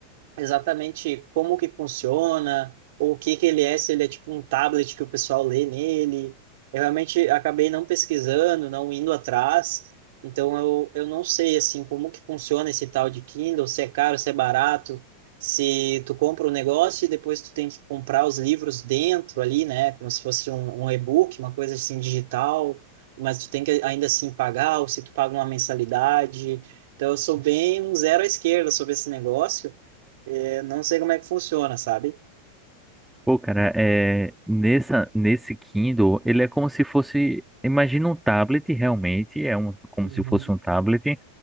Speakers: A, on the right (about 50°); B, in the centre.
A: exatamente como que funciona, ou o que que ele é, se ele é tipo um tablet que o pessoal lê nele. Eu realmente acabei não pesquisando, não indo atrás, então eu, eu não sei assim como que funciona esse tal de Kindle, se é caro, se é barato, se tu compra o um negócio e depois tu tem que comprar os livros dentro ali, né, como se fosse um, um e-book, uma coisa assim digital, mas tu tem que ainda assim pagar, ou se tu paga uma mensalidade. Então eu sou bem um zero à esquerda sobre esse negócio. É, não sei como é que funciona, sabe?
B: Pô, cara, é, nessa, nesse Kindle, ele é como se fosse, imagina um tablet realmente, é um, como
A: Uhum,
B: se fosse um tablet,